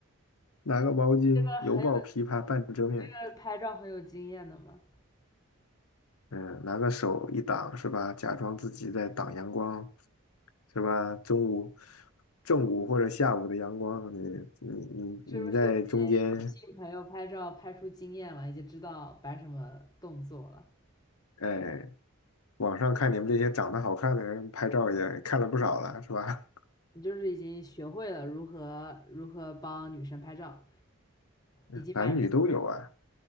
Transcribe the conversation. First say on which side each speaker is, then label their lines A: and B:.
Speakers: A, on the left (about 85°); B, on the left (about 15°).
A: 拿个毛巾，
B: 这个很有，
A: 犹抱琵琶半遮面。
B: 你这个拍照很有经验的嘛？
A: 嗯，拿个手一挡是吧？假装自己在挡阳光，是吧？中午、正午或者下午的阳光，你你你你在中间，
B: 是不是请朋友拍照拍出经验了，已经知道摆什么动作了？
A: 哎，网上看你们这些长得好看的人拍照也看了不少了，是吧？<laughs>
B: 你就是已经学会了如何如何帮女生拍照，
A: 嗯男女都有啊，
B: 已经满级